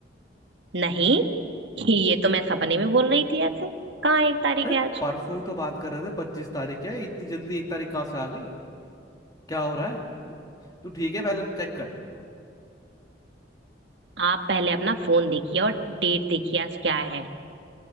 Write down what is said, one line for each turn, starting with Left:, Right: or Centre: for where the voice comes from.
Right: नहीं <laughs> ये तो मैं सपने में बोल रही थी ऐसे कहाँ एक तारीख
Left: अरे
Right: है आज
Left: परसों ही तो बात कर रहे थे पच्चीस तारीख है इतनी जल्दी एक तारीख कहाँ से आ गई क्या हो रहा है तू तू ठीक है पहले चेक कर
Right: आप पहले अपना फोन देखिए और डेट देखिए आज क्या है